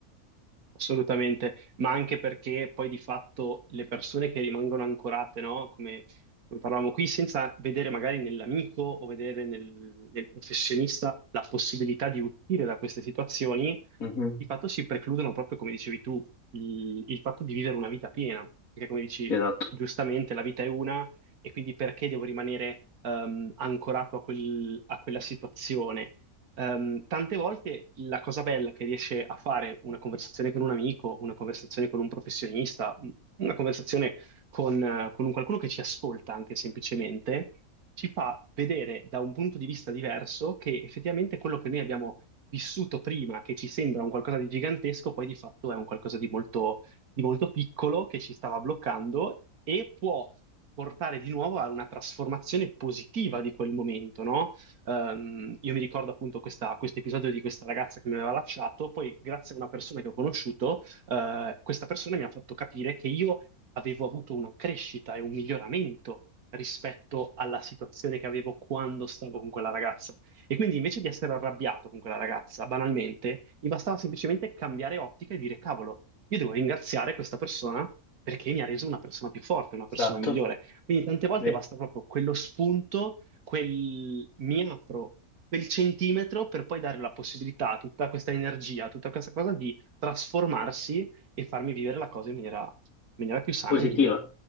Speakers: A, on the right; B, on the left.
A: Assolutamente, ma anche perché poi di fatto le persone che rimangono ancorate, no? Come, come parlavamo qui, senza vedere magari nell'amico o vedere nel, nel professionista la possibilità di uscire da queste situazioni,
B: Mhm.
A: di fatto si precludono proprio, come dicevi tu, il, il fatto di vivere una vita piena, perché come dici
B: Esatto.
A: giustamente la vita è una e quindi perché devo rimanere ehm, ancorato a quel- a quella situazione? Ehm, tante volte la cosa bella che riesce a fare una conversazione con un amico, una conversazione con un professionista, un- una conversazione con, eh, con un qualcuno che ci ascolta anche semplicemente, ci fa vedere da un punto di vista diverso che effettivamente quello che noi abbiamo vissuto prima, che ci sembra un qualcosa di gigantesco, poi di fatto è un qualcosa di molto, di molto piccolo che ci stava bloccando e può portare di nuovo a una trasformazione positiva di quel momento, no? Ehm, io mi ricordo appunto questa- questo episodio di questa ragazza che mi aveva lasciato, poi grazie a una persona che ho conosciuto, eh, questa persona mi ha fatto capire che io avevo avuto una crescita e un miglioramento rispetto alla situazione che avevo quando stavo con quella ragazza. E quindi invece di essere arrabbiato con quella ragazza, banalmente, mi bastava semplicemente cambiare ottica e dire, cavolo, io devo ringraziare questa persona perché mi ha reso una persona più forte, una persona
B: Esatto.
A: migliore. Quindi tante volte
B: Beh,
A: basta proprio quello spunto quel, mi apro quel centimetro per poi dare la possibilità a tutta questa energia, a tutta questa cosa di trasformarsi e farmi vivere la cosa in maniera, in maniera più sana
B: positiva.
A: e migliore.